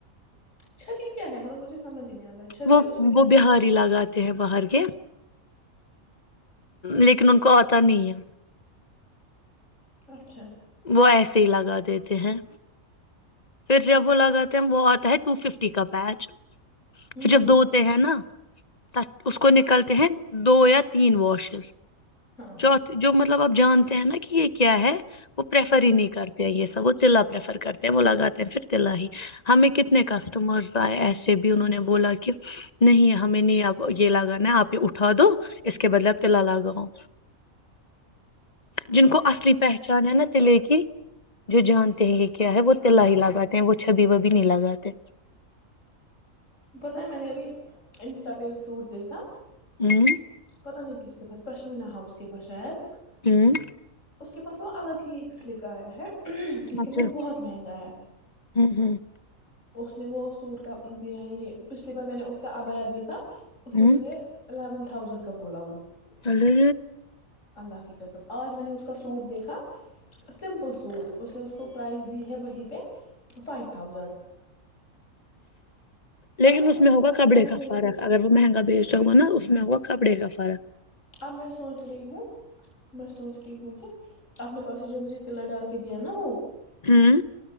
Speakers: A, on the left (about 65°); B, on the left (about 35°).
A: چھبی کیا ہے مطلب مجھے سمجھ نہیں آتا ہے چھبی
B: وہ
A: اور اس میں کیا
B: وہ
A: فات
B: بہاری لگاتے ہیں باہر ہ لیکن ان کو تنییہ
A: اچھا
B: وہ ایسے ہی لگا دیتے ہیں پھر جب وہ لگاتے ہیں وہ آتا ہے ٹو ففٹی کا پچ
A: ہوں
B: پھر جب
A: ہوں
B: دو ہوتے ہیں نا ت اس کو نکلتے ہیں دو یا تین واشز
A: ہاں
B: چوت
A: ہاں
B: جو مطلب ابھی جانتے ہیں نا کہ یہ کیا ہے وہ پریفر ہی نہیں کرتے یہ سب وہ تلا پریفر کرتے ہیں وہ لگاتے ہیں پھر تلا ہی ہمیں کتنے کسٹمرس آئے ایسے بھی انہوں نے بولا کہ نہیں ہمیں نہیں اب یہ لگانا ہے آپ یہ اٹھا دو اس کے بدلے اپ تلا لگاؤ جن کو اصلی پہچان ہے نا لے کے جو جانتے ہیں یہ کیا ہے وہ
A: ہاں
B: تلا
A: ہاں
B: ہی لگاتے
A: ہاں
B: ہیں وہ چھبی و بھی نہیں لگا تھے
A: پتا ہے میں نے ابھی انسٹا پہ ایک سوٹ دیکھا
B: ہوں
A: پتا نہیں کس کے پاس پشمینہ ہا اس کے پاس شاید
B: ہوں
A: اس کے پاس وہ الگ ہی ایک سلک آیا ہے لیکن
B: اچھا
A: وہ بہت مہنگا ہے
B: ہوں ہوں
A: اس نے وہ اس سوٹ کا دیا ہے یہ پچھلیے بار میں نے اس کا آبایا دیکھا اس نے
B: ہوں
A: مجھے الیون تھاؤنڈ بولا وہ
B: ارے
A: اللہ قسم آج میں نے اس کا سوٹ دیکھا سمپل سوٹ اس نے اس کو پرائز دی ہے وہیں پہ فائیو تھاؤزنڈ
B: لیکن
A: اب
B: اس
A: خود
B: میں ہوگا
A: کے ساتھ
B: کپڑے
A: ہی سوچ
B: کا
A: رہی
B: فرق
A: تھی
B: اگر وہ مہنگا بیچتاا ہو گا نا اس میں ہوگا کپڑے کا فرق فرق <inaudible>
A: اب میں سوچ رہی ہوں میں سوچی ہوں کہ اپنے پرسوں جو مجھے تلا ڈال کے دیا نا وہ
B: ہاں